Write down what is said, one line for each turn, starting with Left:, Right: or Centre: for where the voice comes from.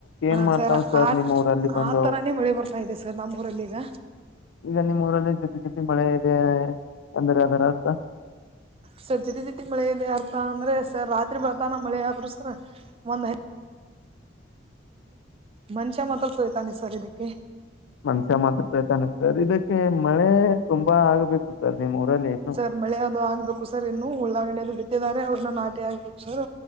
Right: ಹಾ
Left: ಏನ್ ಮಾಡ್ತಾವ್
Right: ಸರ್ ಆ
Left: ನಿಮ್ ಊರಲ್ಲಿ ಬಂದವು
Right: ಆ ತರಾನೇ ಮಳೆ ಬರ್ತಾ ಇದೆ ಸರ್ ನಮ್ಮ ಊರಲ್ಲಿ ಈಗ
Left: ಈಗ ನಿಮ್ಮ್ ಊರಲ್ಲಿ ಜೊತಿ ಜೊತಿ ಮಳೆ ಇದೆ ಅಂದ್ರೆ ಅರ್ಥ
Right: ಸರ್ ಜಿಟಿ ಜಿಟಿ ಮಳೆಯಲ್ಲಿ ಅರ್ಥ ಅಂದ್ರೆ ಸರ್ ರಾತ್ರಿ ಬೆಳತನ ಮಳೆ ಆದ್ರು ಸರ್ ಒಂದ್ ಐ ಮನ್ಷ್ಯ ಮಾತ್ರ ತೂಯ್ತಾನೆ ಸರ್ ಇದಕ್
Left: ಮನುಷ್ಯ ಮಾತ್ರ ತೂಯ್ಯುತ್ತಾನೆ ಸರ್ ಇದಕ್ಕೆ ಮಳೆ ತುಂಬಾ ಆಗ್ಬೇಕು ಸರ್ ನಿಮ್ಮ್ ಊರಲ್ಲಿ ಇನ್ನು
Right: ಸರ್ ಮಳೆ ಅದು ಆಗ್ಬೇಕು ಸರ್ ಇನ್ನು ಉಳ್ಳಾಗಡಿ ಬಿ <unintelligible> ಅವ್ರನ್ನ ನಾಟಿ ಹಾಕ್ಬೇಕು ಸರ್